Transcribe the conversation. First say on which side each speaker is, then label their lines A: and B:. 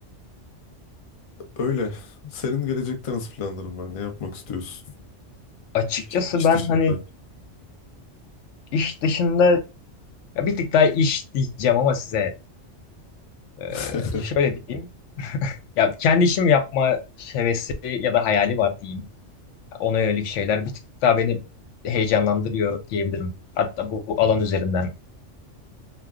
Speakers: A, on the left; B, on the left.
A: Öyle. Senin gelecekte nasıl planların var? Ne yapmak istiyorsun?
B: Açıkçası
A: İş, iş
B: ben
A: dışında.
B: hani iş dışında ya bir tık daha iş diyeceğim ama size e,
A: <laughs>
B: şöyle diyeyim. Ya kendi işimi yapma hevesi ya da hayali var diyeyim. ona yönelik şeyler bir tık daha beni heyecanlandırıyor diyebilirim. Hatta bu alan üzerinden